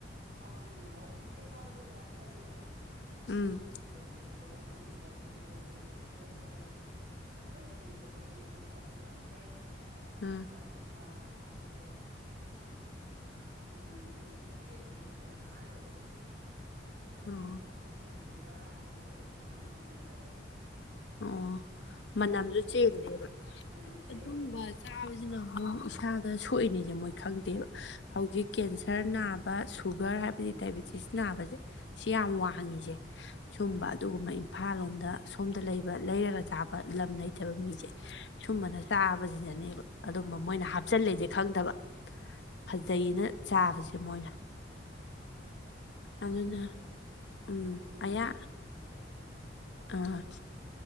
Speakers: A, on the right; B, on the left.
A: ꯍꯥꯎꯗꯒꯤ ꯉꯍꯥꯋꯥꯏ ꯍꯧꯖꯤꯛꯇꯤ ꯍꯥꯎꯖꯨ ꯑꯗꯨꯃꯥꯏꯅ ꯇꯧꯅꯔꯦꯗꯅ꯫
B: ꯎꯝ
A: ꯇꯧꯔꯤꯅꯤ ꯑꯗꯨꯅ ꯑꯩꯈꯣꯏꯅ ꯁꯤꯗ ꯑꯩꯈꯣꯏꯒꯤꯗ ꯐꯩꯖꯣꯜ ꯁꯦꯝꯃꯒ ꯑꯗꯨꯝ ꯍꯨꯜꯂꯤꯕ ꯄꯣꯠꯁꯤ ꯄꯩꯁꯥꯁꯨ ꯋꯥꯠꯇ꯭ꯔꯦ
B: ꯑꯥ
A: ꯈꯣꯔꯁꯥ - ꯄꯣꯠꯁꯥ ꯑꯗꯨꯒ ꯃꯅꯝꯖꯨ ꯍꯦꯛ ꯊꯪ ꯍꯦꯛꯄꯗ ꯑꯥ ꯌꯧꯒꯩ ꯅꯨꯡꯁꯤ ꯈꯤꯇꯪ
B: ꯑꯣ
A: ꯍꯥꯞꯄꯗ ꯃꯣꯏꯗꯨꯗꯤ ꯕꯣꯔꯥ ꯑꯃ ꯍꯥꯞꯆꯜꯂꯁꯨ ꯍꯪꯒꯥꯝ ꯊꯣꯡꯕꯗꯧ ꯇꯧꯔꯝꯃꯅꯤ꯫
B: ꯑꯣ ꯃꯅꯝꯖꯨ ꯆꯦꯟꯗꯦꯕ
A: ꯃꯅꯝꯁꯨ
B: ꯍꯥꯏꯗꯤ
A: ꯆꯦꯜꯂꯣꯏꯗꯧꯕ
B: ꯑꯗꯨꯝꯕ ꯆꯥꯕꯖꯤꯅ ꯑꯃꯨꯛ ꯏꯁꯥꯗ ꯁꯣꯛꯏꯅꯤꯖꯤ ꯃꯣꯏ ꯈꯪꯗꯦꯕ ꯍꯧꯖꯤꯛ
A: ꯃꯥꯅ
B: ꯀꯦꯟꯁꯔ ꯁꯔ ꯅꯥꯕ ꯁꯨꯒꯔ ꯍꯥꯏꯕꯗꯤ ꯗꯥꯏꯕꯤꯇꯤꯁ ꯅꯥꯕꯖꯦ ꯁꯤ ꯌꯥꯝ ꯋꯥꯡꯉꯤ ꯖꯦ ꯁꯨꯝꯕ ꯑꯗꯨꯒꯨꯝꯕ ꯏꯝꯐꯥꯜ ꯂꯣꯝꯗ ꯁꯣꯝꯗ ꯂꯩꯕ ꯂꯩꯔꯒ ꯆꯥꯕ ꯂꯝ ꯂꯩꯇꯕ ꯃꯤ
A: ꯃꯥꯅ
B: ꯖꯦ
A: ꯃꯥꯅ ꯎꯝ
B: ꯁꯨꯝꯕꯅ ꯆꯥꯕꯖꯤꯅꯅꯦꯕ ꯑꯗꯨꯝꯕ
A: ꯑꯁ
B: ꯃꯣꯏꯅ
A: ꯏꯕꯦꯝ
B: ꯍꯥꯞꯆꯜꯂꯦ ꯖꯦ ꯈꯪꯗꯕ ꯐꯖꯩꯌꯅ ꯆꯥꯕꯖꯦ
A: ꯃꯥꯅ
B: ꯃꯣꯏꯅ
A: <unintelligible>
B: ꯑꯗꯨꯅ
A: ꯇꯧꯕ
B: ꯎꯝ
A: ꯅꯣꯡꯃꯩ
B: ꯑꯌꯥ
A: ꯃꯅꯨꯡꯗ ꯈꯖꯤꯛ- ꯈꯖꯤꯛ ꯆꯥꯎ ꯍꯥꯏ ꯅꯄꯥꯛꯄꯤ
B: ꯑꯥ
A: ꯑꯣꯏꯔꯁꯨ